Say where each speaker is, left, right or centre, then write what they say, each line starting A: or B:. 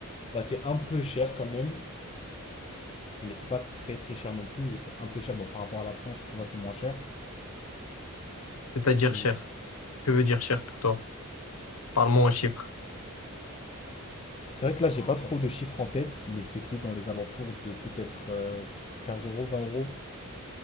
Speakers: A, on the left; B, on the left.
A: Bah, c'est un peu cher quand même, mais c'est pas très très cher non plus. C'est un peu cher bon, par rapport à la France, tu vois, c'est moins cher.
B: C'est-à-dire
A: Mm.
B: cher. Que veut dire cher pour toi? Parle-moi en chiffres.
A: C'est vrai que là, j'ai pas trop de chiffres en tête, mais c'était dans les alentours de peut-être euh, 15 euros, 20 euros